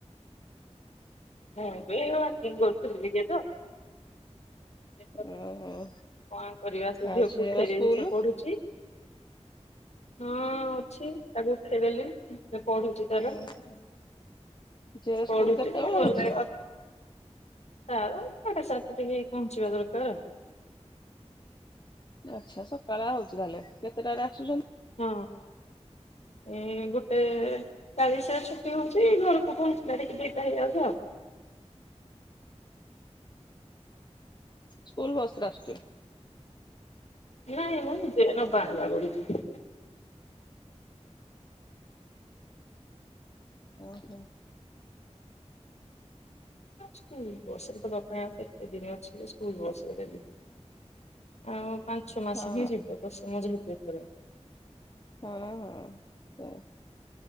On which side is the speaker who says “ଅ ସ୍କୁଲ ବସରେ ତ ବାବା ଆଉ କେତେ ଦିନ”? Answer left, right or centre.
Left